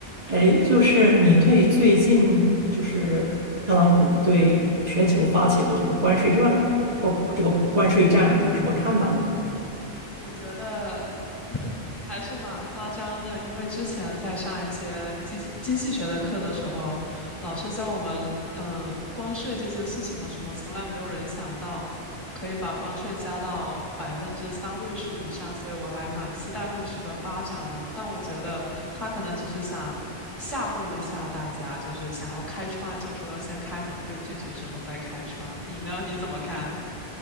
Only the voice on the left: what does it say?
我觉得 <laughs> 还是蛮夸张的，因为之前在上一些经经济学的课的时候，老师教我们，嗯，关税这件事情的时候，从来没有人想到可以把关税加到百分之三位数以上，所以我还蛮期待后续的发展的。但我觉得他可能只是想吓唬一下大家，就是想要开窗，就说要先开门，被拒绝之后再开窗。你呢？你怎么看？